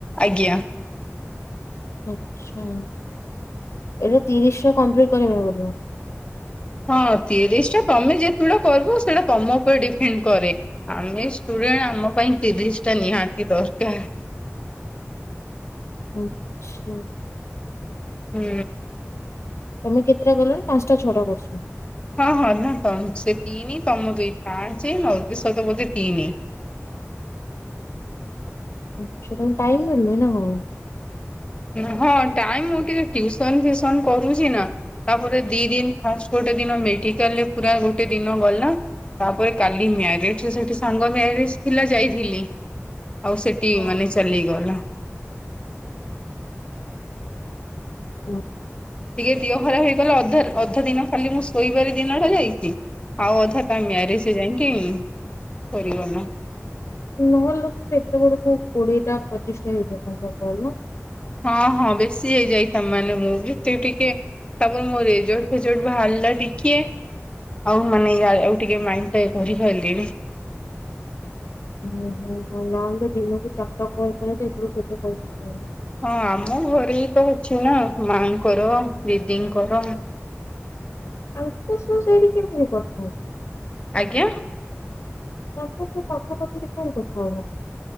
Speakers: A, on the left; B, on the left.
A: ଆଜ୍ଞା।
B: ଆଚ୍ଛା। ଏଇଟା ତିରିଶ ଟା କମ୍ପ୍ଲିଟ କରିବା ପାଇଁ ପଡିବ।
A: ହଁ ତିରିଶ ଟା ତମେ ଯେତୁଟା କରିବ ସେଇଟା ତମ ଉପରେ ଡିପେଣ୍ଡ କରେ। ଆମେ ଷ୍ଟୁଡେଣ୍ଟ ଆମ ପାଇଁ ତିରିଶ ଟା ନିହାତି ଦରକାର।
B: ଆଚ୍ଛା।
A: ହୁଁ।
B: ତମେ କେତେଟା ଗଲଣି ପାଞ୍ଚଟା ଛଅଟା କରିଛ?
A: ହଁ ହଁ ନା ତ ସେ ତିନି ତମ ଦୁଇ ପାଞ୍ଚେ ନଲ ଦୀ ସହିତ ବୋଧେ ତିନି।
B: ଆଚ୍ଛା ତମକୁ ଟାଇମ ମିଳୁନି ନା କଣ?
A: ହଁ ଟାଇମ ମୁଁ ଟିକେ ଟିଉସନ ଫିଉସନ କରୁଛି ନା। ତାପରେ ଦି ଦିନ ଫାର୍ଷ୍ଟ ଗୋଟେ ଦିନ ମେଡିକାଲରେ ପୁରା ଗୋଟେ ଦିନ ଗଲା। ତାପରେ କାଲି ମ୍ୟାରେଜ ରେ ସେଠି ସାଙ୍ଗ ମ୍ୟାରେଜ ଥିଲା ଯାଇଥିଲି। ଆଉ ସେଠି
B: ହଁ।
A: ମାନେ ଚାଲିଗଲା।
B: ଓ।
A: ଟିକେ ଦିହ ଖରାପ ହେଇଗଲା ଅଧା ଅଧା ଦିନ ଖାଲି ମୁଁ ଶୋଇବାରେ ଦିନଟା ଯାଇଛି। ଆଉ ଅଧା ତା ମ୍ୟାରେଜ ଯାଇଁକି ସରିଗଲା।
B: ନହେଲେ ତୋର ଏତେ ବେଳକୁ କୋଡିଏ ଟା ପଚିଶ ଟା ହେଇଯାଇଥାନ୍ତା କଲ ନା।
A: ହଁ ହଁ ବେଶୀ ହେଇଯାଇଥା ତା ମାନେ ମୁଁ ବି ଟି-ଟିକେ ତାପରେ ମୋ ରେଜଲ୍ଟ ଫେଜଲ୍ଟ ବାହାରିଲା ଟିକେ। ଆଉ ମାନେ ଇଆଡେ ଆଉ ଟିକେ ମାଇଣ୍ଡ ଟା ଇଏ କରିପାରିଲିନି।
B: ହୁଁ ହୁଁ ହଁ ନହେଲେ ଦିନକୁ ଚାରିଟା କଲ କରିବା ତ ଏତେବେଳକୁ କେତେ କଲ ହୋଇଯାଇ
A: ହଁ ଆମ ଘରେ ତ ଅଛି ନା ମାଙ୍କର ଦିଦିଙ୍କର।
B: ଆଙ୍କ <unintelligible> କଥା ହଉଥିଲି।
A: ଆଜ୍ଞା।
B: ତାଙ୍କ ସହ ପାଖାପାଖି ରେ କଣ କଥା ହଉନୁ।